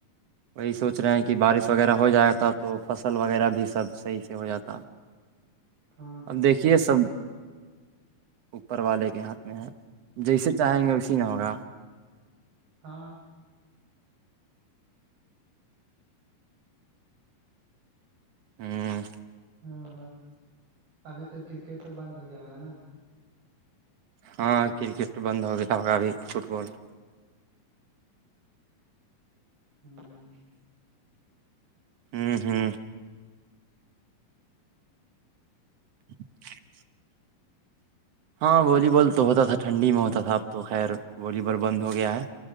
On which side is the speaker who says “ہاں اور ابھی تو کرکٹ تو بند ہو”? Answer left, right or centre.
Right